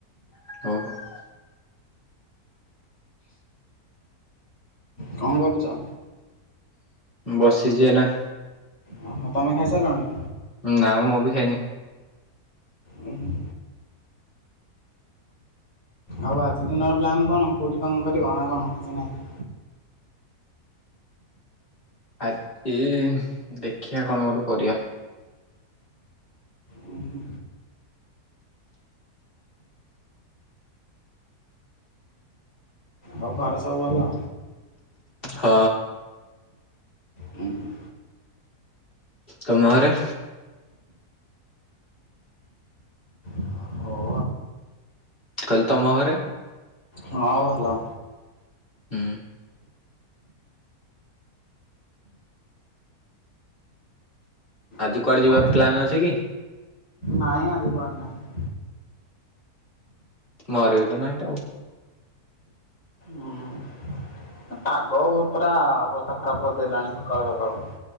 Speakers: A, on the left; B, on the left.
A: <unintelligible>
B: କଣ କରୁଚ?
A: ବସିଚି ଏଇନା।
B: <unintelligible> ତମେ ଖାଇସାରିଲଣି?
A: ନା ମୁଁ ବି ଖାଇନି।
B: ଉଁ ହୁଁ ଆଉ ଆଜି ଦିନର ପ୍ଲାନ୍ କଣ, କେଉଁଠି କଣ କରିବ ନା କଣ କିଛି ନାହିଁ?
A: ଆଜି ଦେଖିଆ କଣ ଗୋଟେ କରିଆ।
B: ଉଁ ହୁଁ ଆଉ ଘରେ ସବୁ ଭଲ?
A: ହ।
B: ହୁଁ।
A: ତମ ଘରେ?
B: ହୁଁ ହଉ
A: ମୁଁ କହିଲି ତମ ଘରେ?
B: ହଁ ଭଲ।
A: ହୁଁ। ଆଜି
B: ଆଉ
A: କୁଆଡ଼େ
B: କୁହ
A: ଯିବାର ପ୍ଲାନ୍ ଅଛି କି।
B: ନାଇଁ ଆଜି କୁଆଡେ ନାହିଁ।
A: ମୋର ବି ତ ନାହିଁ ତ ଆଉ।
B: ହୁଁ ପାଗ ପୁରା ଅବସ୍ଥା ଖରାପ୍ କରିଦେଲାଣି ସକାଳୁ-ସକାଳୁ।